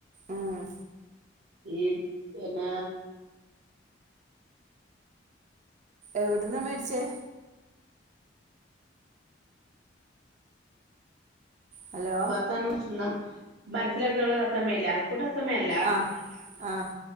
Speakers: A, on the right; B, on the right.
A: ആഹ്
B: ഈ പിന്ന
A: എവിടന്നാ മേടിച്ചേ ഹലോ
B: വർത്താനം മരലൊക്കെയുള്ളള്ളത് തത്തമ്മയയില്ല അത കൂട്ട തത്തമ്മയല്ല
A: ആഹ് ആഹ്